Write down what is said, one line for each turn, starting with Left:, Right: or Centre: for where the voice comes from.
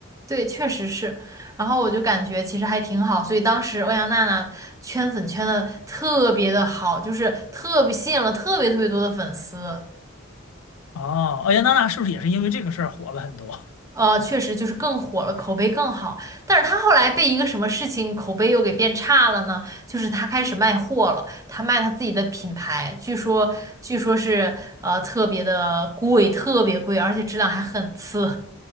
Right: 对，确实是。然后我就感觉其实还挺好，所以当时欧阳娜娜圈粉圈的特别的好，就是特别吸引了特别特别多的粉丝。
Left: 哦，欧阳娜娜是不是也是因为这个事儿火了很多？
Right: 呃，确实就是更火了，口碑更好。但是他后来被一个什么事情口碑又给变差了呢？就是他开始卖货了，他卖他自己的品牌，据说据说是呃特别的贵，特别贵，而且质量还很次。